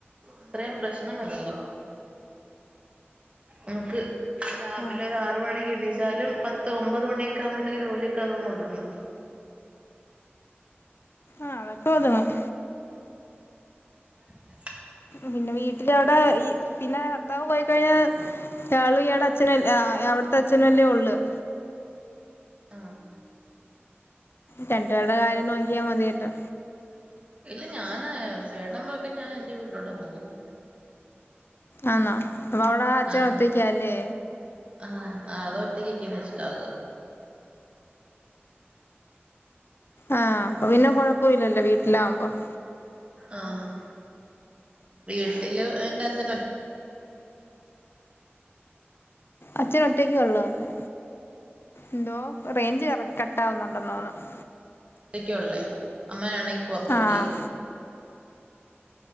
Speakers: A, on the right; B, on the left.
A: ഇത്രേം പ്രശ്നമല്ലല്ലോ? നമുക്ക് രാവിലൊരു
B: ആഹ്
A: ആർ മണിക്ക് എണീച്ചാലും പത്ത് ഒമ്പത് മണിയൊക്കെ ആവുമ്പോഴത്തേൻ ജോലിയൊ അതങ്ങ് ഒതുങ്ങും-
B: ആഹ് അതൊക്കൊഒത്ങ്ങും-
A: <inaudible>
B: പിന്നെ വീട്ടിലവിടെ പിന്നെ ഭർത്താവ് പോയിക്കഴിഞ്ഞാൽ- ഇയാള് ഇയാടെ അച്ഛനല്ലെ അ്ആ അവിട്ത്തെ അച്ഛനല്ലേ ഒള്ള്-
A: ആഹ് -
B: രണ്ട്പേരടെ കാര്യം നോക്കിയാ മതിയല്ലൊ?
A: ഇല്ല ഞാന് ചേട്ട പൊക്കഴിഞാ ഞാനെൻ്റെ വീട്ടിലോട്ടങ്ങ്പോവും-
B: ആന്നോ അപ്പൊ അവിടെ അച്ഛൻ
A: ആഹ്
B: ഒറ്റക്കാല്ലേ
A: ആഹ് ആളൊറ്റക്ക് ക്കിക്കാനാഷ്ട <unintelligible>
B: ആഹ് അപ്പ പിന്നെ കൊഴപ്പവില്ലല്ലോ വീട്ടിലാവുമ്പം-
A: ആഹ് വീട്ടില് എന്റെ അച്ഛനൊറ്റ
B: അച്ഛൻ ഒറ്റക്കേയുള്ളോ ഇന്ന് എന്തോ റേഞ്ച് കറ കട്ടാവുന്നുണ്ടന്നോന്ന് തോനുന്നു
A: ക്കെയൊള്ളേയാ അമ്മയാണെങ്കി പൊറത്ത് ജോലി
B: ആഹ്
A: ചെയ്യുക